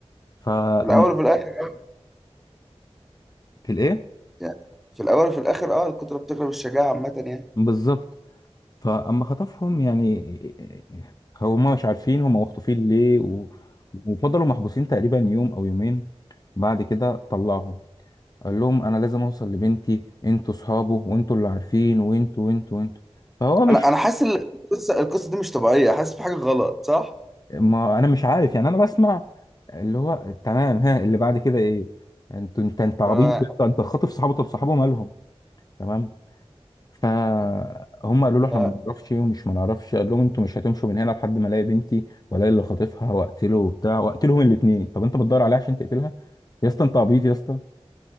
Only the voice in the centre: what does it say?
في الاول وفي الاخر
يعني في الاول وفي الاخر اه الكتره بتغلب الشجاعه عامه يعني
انا انا حاسس إن القصه القصه دي مش طبيعيه حاسس في حاجه غلط صح
تمام
آه.